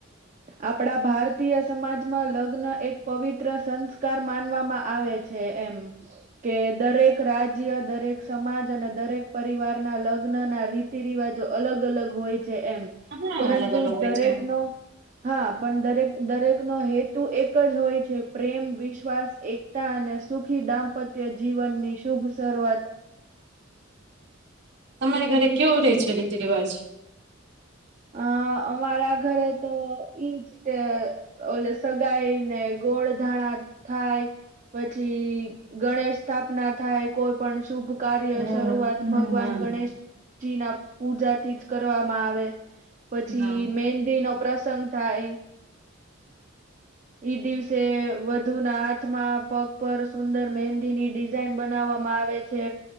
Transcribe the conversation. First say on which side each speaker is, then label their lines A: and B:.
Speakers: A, on the right (about 40°); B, on the right (about 60°).
A: આપણા ભારત ભારતીય સમાજમાં લગ્ન એક પવિત્ર સંસ્કાર માનવામાં આવે છે. એમ કે દરેક રાજ્ય દરેક સમાજ અને દરેક પરિવાર ના લગ્ન ના રીતિ રિવાજો અલગ- અલગ હોય છે એમ
B: હા
A: પરંતુ
B: અલગ અલગ હોય
A: દરેક
B: છે
A: નો હા પણ દરેક દરેકનો હેતુ એક જ હોય છે. પ્રેમ, વિશ્વાસ, એકતા અને સુખી દાંપત્ય જીવનની શુભ શરૂઆત.
B: તમારે ઘરે કેવું રહેે છે? રીતિ રિવાજ
A: અ અમારા ઘરે તો ઈજ ત ઓલે સગાઈ ને ગોળ ધાણા થાય પછી ગણેશ સ્થાપના થાય કોઈ પણ શુભ કાર્ય
B: હમ,
A: શરૂઆત
B: હા
A: ભગવાન ગણેશ જી ના પૂજાથી જ કરવામાં આવે પછી
B: હા.
A: મેંદી નો પ્રસંગ થાય એઈ દિવસે વધ વધુ ના હાથમાં પગ પર સુંદર મહેંદી ની ડિઝાઇન બનાવવામાં આવે છે,